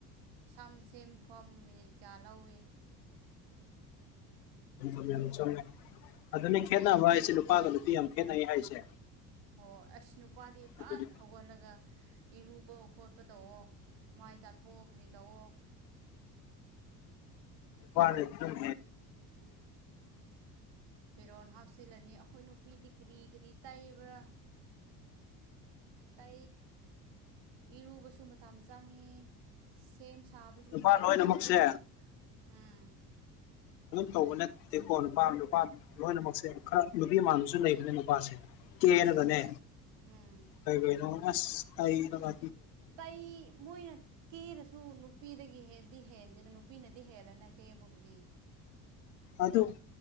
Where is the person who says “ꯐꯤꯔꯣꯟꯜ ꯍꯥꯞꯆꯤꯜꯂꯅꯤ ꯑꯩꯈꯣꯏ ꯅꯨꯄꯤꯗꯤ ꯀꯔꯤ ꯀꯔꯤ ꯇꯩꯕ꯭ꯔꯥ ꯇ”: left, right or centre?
Right